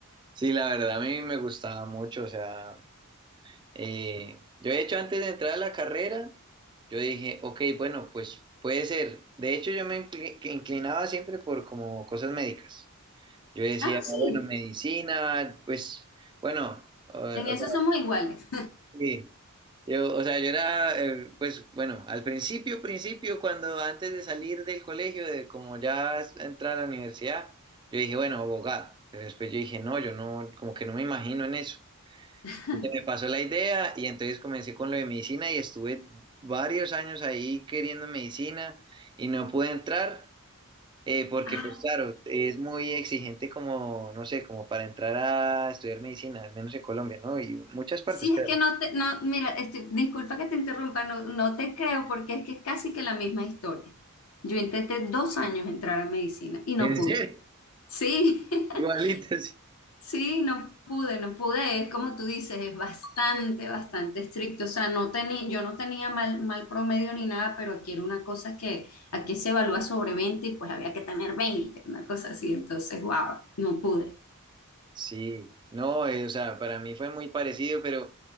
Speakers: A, on the right; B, on the left.
A: Sí, la verdad a mí me gustaba mucho, o sea, eh, yo de hecho antes de entrar a la carrera, yo dije, ok, bueno, pues puede ser. De hecho yo me incli- que inclinaba siempre por como cosas médicas. Yo decía,
B: Ah, sí,
A: bueno, medicina, pues, bueno, o, o sea,
B: en eso somos iguales.
A: sí, yo, o sea, yo era, eh, pues bueno, al principio, principio, cuando antes de salir del colegio, de como ya es- entrar a la universidad, yo dije, bueno, abogado, pero después yo dije, no, yo no, como que no me imagino en eso.
B: <laughs>
A: Y se me pasó la idea y entonces comencé con lo de medicina y estuve varios años ahí queriendo medicina y no pude entrar eh, porque,
B: Ah,
A: pues claro, es muy exigente como, no sé, como para entrar a estudiar medicina, al menos en Colombia, ¿no? Y muchas partes,
B: si
A: creo.
B: es que no te, no, mira, estoy- disculpa que te interrumpa, no, no te creo porque es que es casi que la misma historia. Yo intenté dos años entrar a medicina y no
A: En
B: pude.
A: serio,
B: Sí, <laughs>
A: igualitas.
B: sí, no pude, no pude. Es como tú dices, es bastante, bastante estricto. O sea, no tenía, yo no tenía mal, mal promedio ni nada, pero aquí era una cosa que aquí se evalúa sobre veinte y pues había que tener 20 una cosa así. Entonces, wow, no pude.
A: Sí, no, eh, o sea, para mí fue muy parecido, pero,